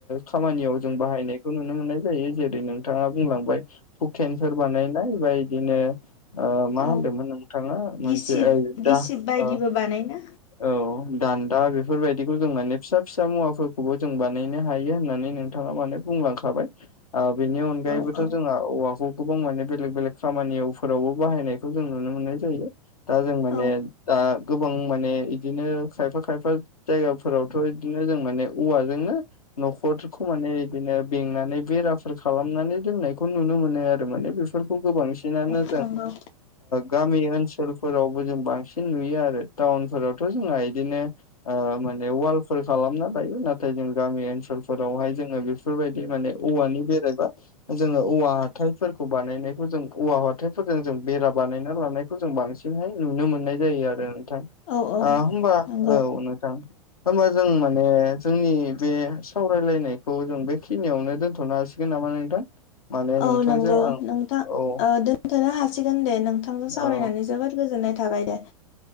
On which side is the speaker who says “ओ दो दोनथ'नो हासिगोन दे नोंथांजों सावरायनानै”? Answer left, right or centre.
Left